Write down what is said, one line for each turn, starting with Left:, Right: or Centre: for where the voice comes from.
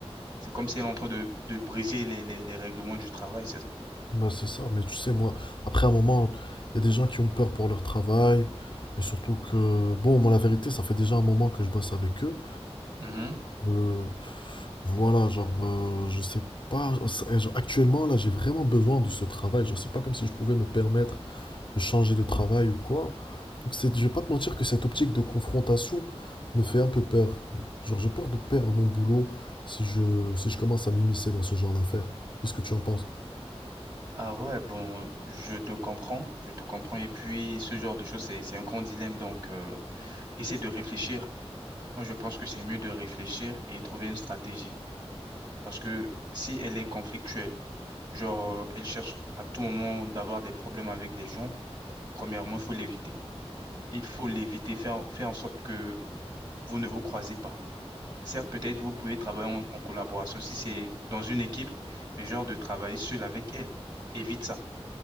Right: C'est comme si elle est en train de, de briser les, les, les règlements du travail, c'est ça.
Left: Bah c'est ça, mais tu sais, moi, après un moment, il y a des gens qui ont peur pour leur travail, et surtout que, bon, moi, la vérité, ça fait déjà un moment que je bosse avec eux.
Right: Mhm.
Left: Euh, Voilà, genre, euh, je sais pas. c'est- genre, actuellement, là, j'ai vraiment besoin de ce travail. Genre, c'est pas comme si je pouvais me permettre de changer de travail ou quoi. Donc, c'est, je vais pas te mentir que cette optique de confrontation me fait un peu peur. Genre, j'ai peur de perdre mon boulot si je, si je commence à m'immiscer dans ce genre d'affaires. Qu'est-ce que tu en penses?
Right: Ah ouais, bon, je te comprends, je te comprends. Et puis, ce genre de choses, c'est, c'est un grand dilemme. Donc, euh, essaie de réfléchir. Moi, je pense que c'est mieux de réfléchir et trouver une stratégie. Parce que si elle est conflictuelle, genre, euh, elle cherche à tout moment d'avoir des problèmes avec les gens, premièrement, il faut l'éviter. Il faut l'éviter, faire, faire en sorte que vous ne vous croisez pas. Certes, peut-être vous pouvez travailler en, en collaboration si c'est dans une équipe, mais genre de travailler seul avec elle. Évite ça,